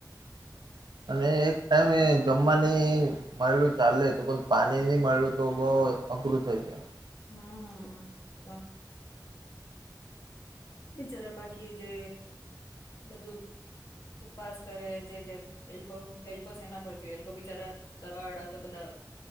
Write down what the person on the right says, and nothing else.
અને એક ટાઈમે એ જમવાની મળલું ચાલે તો પણ પાણી ની મળલું તો બઉ અઘરું થઈ જાય.